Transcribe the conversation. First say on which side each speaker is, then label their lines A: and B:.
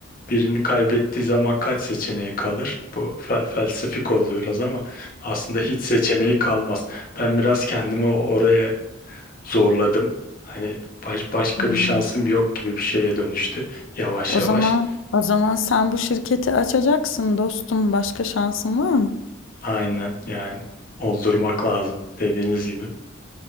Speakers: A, on the left; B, on the left.
A: birini kaybettiği zaman kaç seçeneği kalır? Bu fel felsefik oldu biraz ama aslında hiç seçeneği kalmaz. Ben biraz kendimi o oraya zorladım. Hani baş- başka
B: Hmm.
A: bir şansım yok gibi bir şeye dönüştü yavaş
B: O
A: yavaş.
B: zaman o zaman sen bu şirketi açacaksın dostum. Başka şansın var mı?
A: Aynen yani oldurmak lazım dediğiniz gibi.